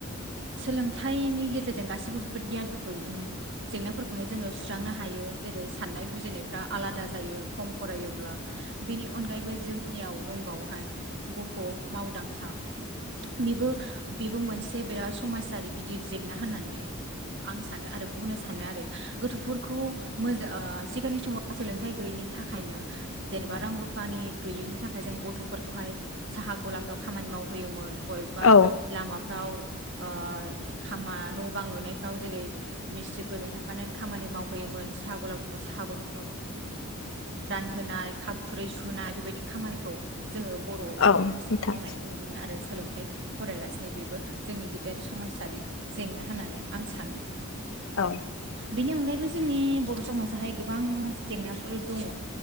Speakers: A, on the right (about 55°); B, on the left (about 70°).
A: सोलोंथाइनि गेजेरजों गासिबो बेफोर गियानफोरखौ जेंनाफोरखौहाय जोङो। सुस्रांनो हायो जेरै- साननाय बुजिनाय फ्रा आलादा जायो खम फरायोब्ला बेनि अनगायैबो जोंनियाव दंबावहाय गथ' मावदांसा बेबो बेबो मोनसे बिराद समाजारि गिदिद जेंना होननानै आं सानो आरो बुंनो सानो आरो गोथोफोरखौ मोजा ओ सिगांनि समाव सोलोंथाइ गैयैनि थाखायनो जेनेबा रां रुफानि गैयैनि थाखाय जों गथ'फोरखौहाय सा हा गलाफ्राव खामानि मावहोयोमोन बबेबा
B: औ
A: लामाफ्राव ओ खामा न' बां लुनायफ्राव जेरै मिस्थ्रिफोरजों थाफानानै खामानि मावहैयोम मोन साहा गला <unintelligible> साहा गल <unintelligible> रानहोनाय खाफ खुरै सुनाय बेबायदि खामानिखौ जोङो बर' समासाव
B: औ नोंथां
A: मावनायखौ नुनोमोन आरो सोलोंथाइ फरायालासिनो बेबो जोंनि गिदेर समाजारि जेंना होननानै आं सानो
B: औ
A: बेनि अनगायैबो जोंनि बर' समाजाहाय गोबां ज <unintelligible> जेंनाफोर दङ'